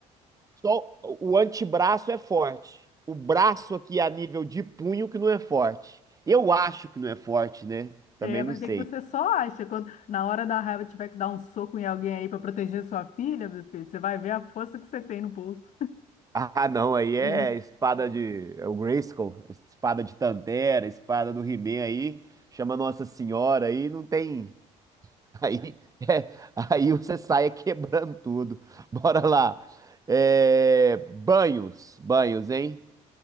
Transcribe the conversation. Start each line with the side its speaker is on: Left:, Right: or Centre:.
Right: Só o antebraço é forte. O braço aqui a nível de punho que não é forte. Eu acho que não é forte, né? Também
Left: É, vai
Right: não sei.
Left: ver que você só acha. Quando na hora da raiva tiver que dar um soco em alguém aí para proteger sua filha, meu filho, você vai ver a força que você tem no bolso.
Right: Ah, não, aí é
Left: Ui,
Right: espada de. É o Grayskull, espada de Tantera, espada do He-Man aí. Chama Nossa Senhora aí, não tem. <laughs> Aí, é, aí você sai quebrando tudo. Bora lá. É, banhos, banhos, hein?